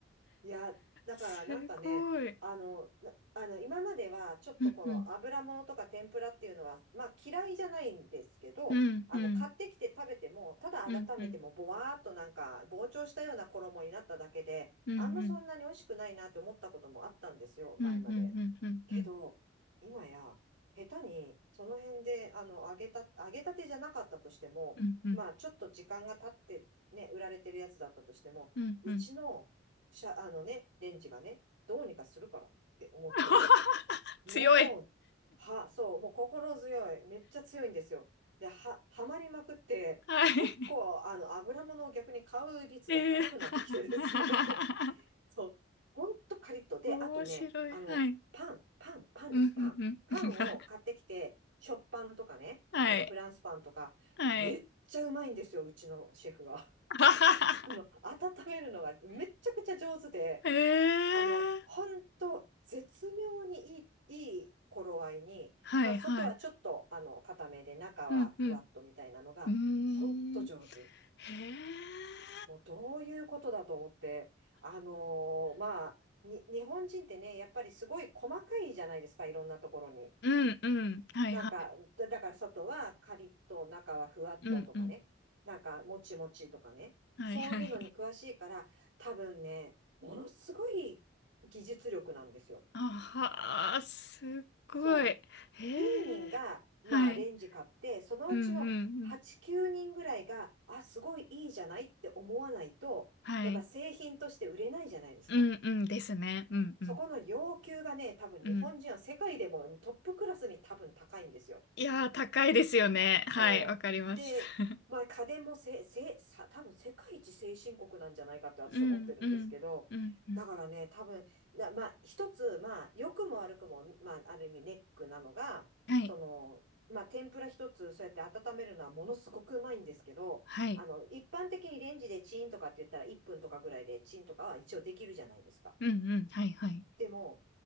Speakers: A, on the right; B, on the left.
A: いや、だからなんかね、
B: すごい。
A: あの、なあの、今まではちょっとこの油物とか天ぷらっていうのは、
B: うんうん。
A: まあ嫌いじゃないんですけど、
B: うんうん。
A: あの、買ってきて食べても、ただ温めてもぼわーっとなんか膨張したような衣になっただけで、
B: うんうん。うんうん。
A: あんまそんなに美味しくないなって思ったこともあったんですよ、前まで。
B: うんうん。うんうん。
A: けど、今や、下手にその辺で、あの、揚げた、揚げたてじゃなかったとしても、
B: うんうん。うんうん。
A: まあちょっと時間が経ってね、売られてるやつだったとしても、
B: うんうん。
A: うちのしゃ、あのね、レンジがね、どうにかするからって思って、
B: <laughs>
A: もう、
B: 強い。
A: は、そう、もう心強い。めっちゃ強いんですよ。で、は、はまりまくって、
B: はい。
A: 結構、あの、油物を逆に買う率が高くなってきてですね。
B: えー、<laughs>
A: <laughs> そう、ほんとカリッと。で、
B: 面白い。
A: あとね、あの、
B: はい。
A: パン、パン、パンです、
B: うんうんうん
A: パン。パンを買ってきて、
B: <laughs>
A: 食パンとかね、
B: はい。
A: あの、フランスパンとか、
B: はい。
A: めっちゃうまいんですよ、うちのシェフは
B: <laughs>
A: <laughs> あの、温めるのがめっちゃくちゃ上手で、
B: ええー、
A: あの、ほんと、絶妙にいい、いい頃合いに、
B: はいはい。
A: まあ、外はちょっと、あの、固めで、中はふわっとみたいなのが、
B: うんうん。うー
A: ほんと上手。
B: ん。へえ。
A: もう、どういうことだと思って、あのーまあ、に、日本人ってね、やっぱりすごい細かいじゃないですか、いろんなところに。
B: うんうん。はいはい。
A: なんか、だだから外はカリッと、中はふわっととかね、
B: うんうん。
A: なんか、もちもちとかね、
B: はいはい。
A: そういうのに詳しいから、多分ね、ものすごい技術力なんですよ。
B: あはあすっごい。
A: そう。
B: へえ。
A: 10人が、まあ、
B: はい。
A: レンジ買って、そのうちの8、
B: うんうんうん。
A: 9人ぐらいが、あ、すごいいいじゃないって思わないと、
B: はい。
A: やっぱ製品として売れないじゃないですか。
B: うんうんですね。うんうん。
A: そこの要求がね、多分日本人は世界でもトップクラスに多分高いんですよ。
B: うんいやー、高いですよね。
A: そう。
B: はい、わかります。
A: で、
B: <laughs>
A: まあ家電もせ、せ、さ、多分世界一先進国なんじゃないかって私は思ってるんですけど、
B: うん、うん、うん、うん。
A: だからね、多分、だ、まあ一つ、まあ良くも悪くも、まあある意味ネックなのが、
B: はい、
A: その、まあ天ぷら一つそうやって温めるのはものすごくうまいんですけど、
B: はい。
A: あの、一般的にレンジでチンとかって言ったら1分とかぐらいでチンとかは一応できるじゃないですか。
B: うん、うん、はい、はい。
A: でも、